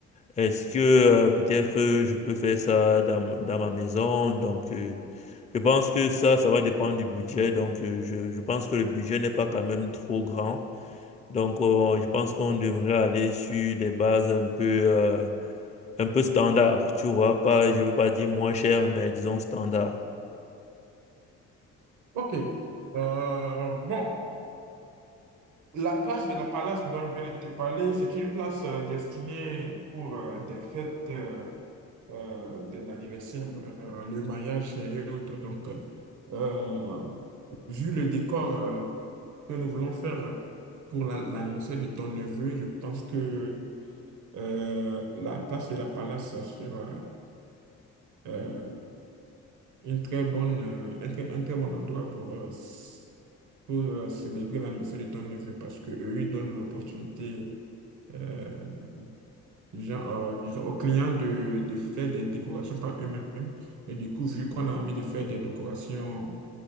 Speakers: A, on the left; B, on the right.
A: est-ce que euh, peut-être euh, je peux faire ça dans, m- dans ma maison? Donc, euh, je pense que ça, ça va dépendre du budget. Donc, euh, je, je pense que le budget n'est pas quand même trop grand donc, euh, je pense qu'on devrait aller sur des bases un peu, euh, un peu standard, tu vois, pas, je veux pas dire moins cher, mais disons standard.
B: Ok. Euh, bon, la place de la Palace dont je viens de te parler, c'est une place euh, destinée pour euh, des fêtes euh, des anniversaires, euh, le mariage et autres. Donc, euh, euh, vu le décor euh, que nous voulons faire euh, pour la- l'anniversaire de ton neveu, je pense que euh, la place de la Palace sera euh, euh, une très bonne, euh, un très, un très bon endroit pour, euh, s- pour euh, célébrer l'anniversaire de ton neveu parce que eux, ils donnent l'opportunité euh, disons, euh, disons aux clients de, de faire des décorations par eux-mêmes. Et du coup, vu qu'on a envie de faire des décorations